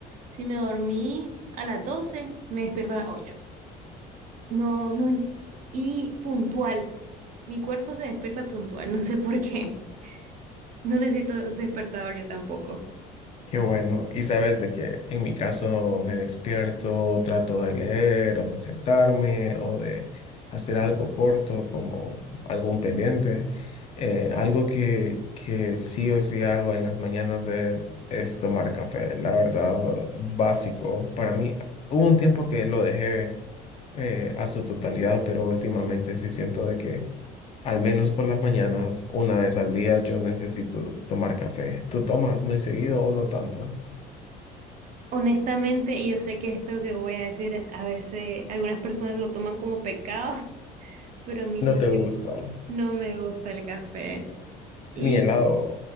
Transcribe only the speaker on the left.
Qué bueno. Y sabes de que en mi caso me despierto, trato de leer o de sentarme o de hacer algo corto como algún pendiente. Eh, algo que, que sí o sí hago en las mañanas es, es tomar café. La verdad, básico. Para mí, hubo un tiempo que lo dejé eh, a su totalidad, pero últimamente sí siento de que al menos por las mañanas, una vez al día, yo necesito tomar café. ¿Tú tomas muy seguido o no tanto?
No
te
gusta
ni helado